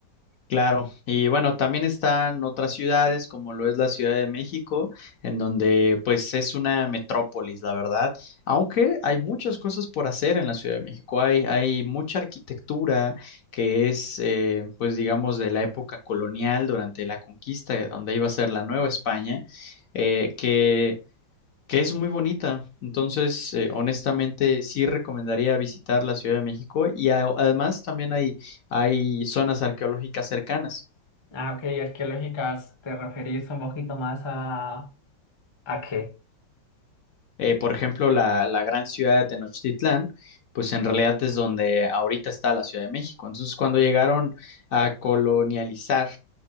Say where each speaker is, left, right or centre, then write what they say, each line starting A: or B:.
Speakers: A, on the left; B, on the left.
A: Claro, y bueno, también están otras ciudades como lo es la Ciudad de México, en donde pues es una metrópolis, la verdad, aunque hay muchas cosas por hacer en la Ciudad de México, hay, hay mucha arquitectura que es eh, pues digamos de la época colonial durante la conquista, donde iba a ser la Nueva España, eh, que que es muy bonita. Entonces, eh, honestamente, sí recomendaría visitar la Ciudad de México y a- además también hay, hay zonas arqueológicas cercanas.
B: Ah, ok, y arqueológicas, ¿te referís un poquito más a... ¿A qué?
A: Eh, por ejemplo, la, la gran ciudad de Tenochtitlán, pues en realidad es donde ahorita está la Ciudad de México. Entonces, cuando llegaron a colonializar